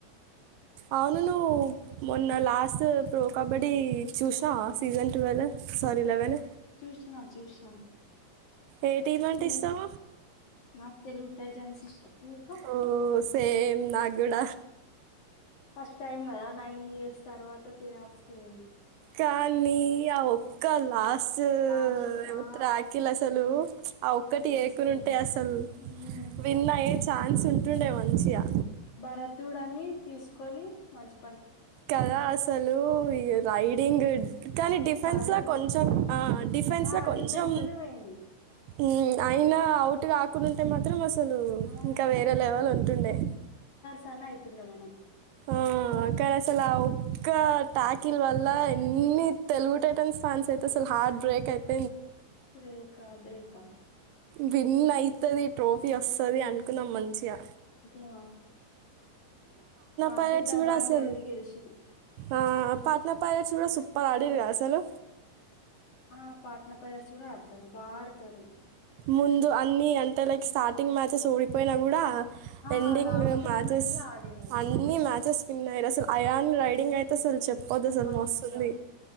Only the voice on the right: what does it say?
అవును నువ్వు మొన్న లాస్ట్ ప్రో కబడ్డీ చూసినావ సీజన్ టువల్ సారీ లెవెన్
ఏ టీమ్ అంటే
ఇష్టం
ఓ సేమ్ నాగూడ
కానీ ఆ ఒక్క లా సో
ఎవత్ర
రాఖిల అసలు ఆ ఒక్కటి
ఏకుని ఉంటే అసల్
విన్ ఆయె ఛాన్స్ ఉంటుండే మంచిగా
కదా అసలు ఈ రైడింగ్ కానీ
డిఫెన్స్
లో కొంచెం ఆ డిఫెన్స్
లో కొంచెం
ఉం అయినా అవుట్ గాకుంటే మాత్రం అసల్ లు
ఇంకా వేరే లెవెల్ ఉంటుండే
ఆ కరసలావు ఒక్క టాకీల్ వల్ల ఎన్ని తెలుగు టైటాన్స్ ఫాన్స్ అయితే అసలు హార్ట్ బ్రేక్ అయిప్
విన్ అయితది ట్రోఫీ వస్సది అనుకున్నాం మంచి య
పైరట్స్
కూడా అసలు
ఆ పాట్న పైలేట్స్ కూడ సూప్పర్ ఆడిండ్రుగా అసలు
ముందు అన్నీ అంతే లైక్ స్టార్టింగ్ మ్యాచెస్ ఓడిపోయినా కూడ
ఎండింగ్
మ్యాచెస్
అన్ని
మ్యాచెస్ విన్ అసలు అయాన్ రైడింగ్ అయితే అసలు చెప్పద్దు అసల్
మస్తుంది